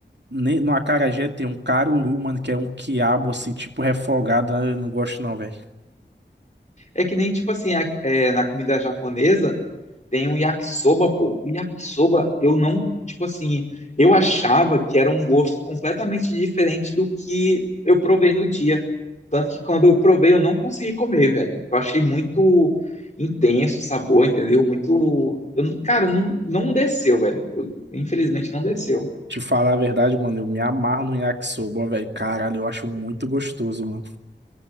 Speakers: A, on the right; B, on the left.
A: ne- No acarajé tem um caruru, mano, que é um quiabo, assim, tipo refogado. Eu não gosto, não, velho.
B: É que nem, tipo assim, a- é, na comida japonesa tem um yakisoba, pô. O yakisoba, eu não, tipo assim, eu achava que era um gosto completamente diferente do que eu provei no dia. Tanto que quando eu provei, eu não consegui comer, velho. Eu achei muito intenso o sabor, entendeu? Muito. Eu, não- cara, não, não desceu, velho. Eu, infelizmente não desceu.
A: Te falar a verdade, mano, eu me amarro no yakisoba, ó, velho. Caralho, eu acho muito gostoso, mano.